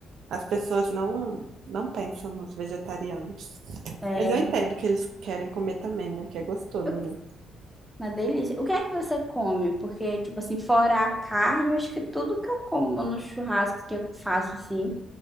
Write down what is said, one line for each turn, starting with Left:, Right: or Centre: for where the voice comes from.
Right: As pessoas não, não pensam nos vegetarianos.
Centre: É
Right: Mas eu entendo que eles querem comer também, né? Que é gostoso,
Centre: Eu-
Right: né?
Centre: uma delícia. O que é que você come? Porque, tipo assim, fora a carne, eu acho que tudo que eu como no churrasco que eu faço, assim,